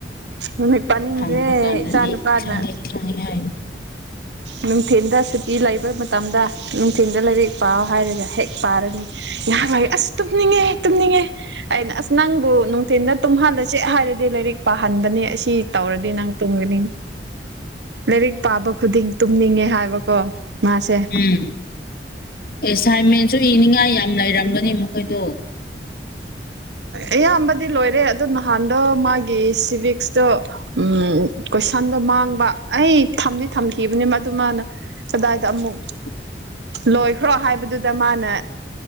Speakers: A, on the right (about 85°); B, on the left (about 55°).
A: ꯅꯨꯃꯤꯠ ꯄꯥꯅꯤꯡꯗ꯭ꯔꯦ
B: ꯍꯪꯕ ꯀꯥꯟꯗꯗꯤ
A: ꯏꯆꯥ ꯅꯨꯨꯄꯥꯅ
B: ꯈꯪꯉꯦ ꯈꯪꯉꯦ ꯍꯥꯏꯅꯤ
A: ꯅꯨꯡꯊꯤꯟꯗ ꯁꯨꯇꯤ ꯂꯩꯕ ꯃꯇꯝꯗ ꯅꯨꯡꯊꯤꯟꯜꯗ ꯂꯥꯏꯔꯤꯛ ꯄꯥ ꯍꯥꯏꯔꯒ ꯍꯦꯛ ꯄꯥꯔꯅꯤ ꯉꯍꯥꯛ ꯑꯁ ꯇꯨꯝꯅꯤꯡꯉꯦ ꯇꯨꯝꯅꯤꯡꯉꯦ ꯑꯩꯅ ꯑꯁ ꯅꯪꯕꯨ ꯅꯨꯡꯊꯤꯟꯗ ꯇꯨꯝꯍꯜꯂꯁꯦ ꯍꯥꯏꯔꯗꯤ ꯂꯥꯏꯔꯤꯛ ꯄꯥꯍꯟꯕꯗ ꯑꯁꯤ ꯇꯧꯔꯗꯤ ꯅꯪ ꯇꯨꯝꯒꯅꯤ ꯂꯥꯏꯔꯤꯛ ꯄꯥꯕ ꯈꯨꯗꯤꯡ ꯇꯨꯝꯅꯤꯡꯉꯦ ꯍꯥꯏꯕꯀꯣ ꯃꯥꯁꯦ
B: ꯎꯝ ꯑꯦꯁꯥꯏꯟꯃꯦꯟꯁꯨ ꯏꯅꯤꯡꯉꯥꯏ ꯌꯥꯝ ꯂꯩꯔꯝꯒꯅꯤ ꯑꯣꯏꯗꯣ
A: ꯑꯌꯥꯝꯕꯗꯤ ꯂꯣꯏꯔꯦ ꯑꯗꯣ ꯅꯍꯥꯟꯗ ꯃꯥꯒꯤ ꯁꯤꯚꯛꯁꯇꯣ ꯎ ꯀꯣꯏꯁꯟꯗꯣ ꯃꯥꯡꯕ ꯑꯩ ꯊꯝꯗꯤ ꯊꯝꯈꯤꯕꯅꯤ ꯑꯗꯨꯃꯅ ꯀꯗꯥꯏꯗ ꯑꯃꯨꯛ
B: <inaudible>
A: ꯂꯣꯏꯈ꯭ꯔꯣ ꯍꯥꯏꯕꯗꯨꯗ ꯃꯥꯅ